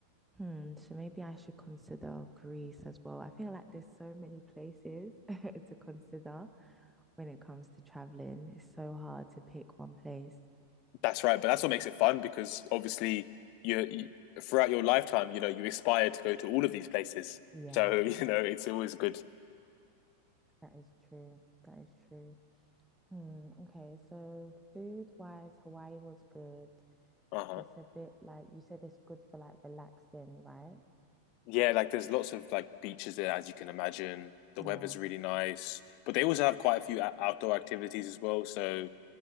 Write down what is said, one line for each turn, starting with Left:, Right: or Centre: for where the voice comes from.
Centre: Hmm, so maybe I should consider Greece as well. I feel like there's so many places <laughs> to consider when it comes to traveling. It's so hard to pick one place.
Left: that's right. But that's what makes it fun because obviously you, you throughout your lifetime, you know, you aspire to go to all of these places.
Centre: Yeah,
Left: So <laughs> you know, it's always good.
Centre: that is true. That is true. Hmm, okay, so food wise, Hawaii was good.
Left: Uh huh.
Centre: It's a bit like you said it's good for like relaxing, right?
Left: Yeah, like there's lots of like beaches there, as you can imagine. The
Centre: Yeah,
Left: weather's really nice, but they also have quite a few o- outdoor activities as well. So